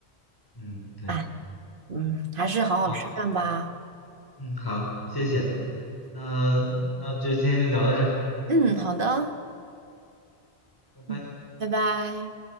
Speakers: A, on the left; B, on the right.
A: <laughs> 嗯，对，
B: 哎，嗯，还是好好吃饭吧。
A: 那好，嗯，好，谢谢，那那就今天就聊到这儿
B: 嗯，好的，
A: 拜拜。
B: 嗯，拜拜。